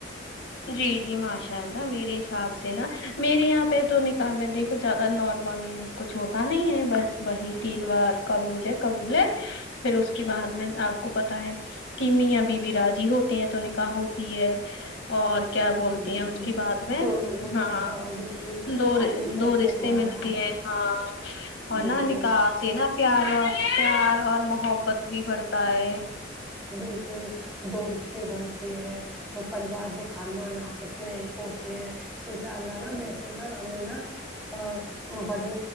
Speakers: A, on the left; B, in the centre.
A: جی جی ماشاء اللہ میرے حساب سے نا میرے یہاں پہ تو نکاح میں دیکھو کچھ زیادہ نارمل کچھ ہوتا نہیں ہے بس وہی تین بار قبول ہے قبول ہے پھر اس کے بعد میں آپ کو پتا ہے کی میاں بیوی را ضی ہوتے ہیں تو نکاح ہوتی ہے اور کیا بولتی ہیں
B: جی
A: اس کی بعد میں
B: دو لوگوں
A: ہاں
B: کا بالکل
A: دو
B: آپ نے صحیح
A: دو رشتے
B: فرمایا
A: ملتے ہے ہاں اورنا
B: بالکل
A: نکاح سے نا پیار او پیار اور محبت بھی بڑھتا ہے
B: بالکل دو رشتے بنتے ہیں دو پریوار دو خاندان آپس میں ایک ہوتے ہیں انشاء اللہ نا یسے نا ہم ہے نا ہ بڑے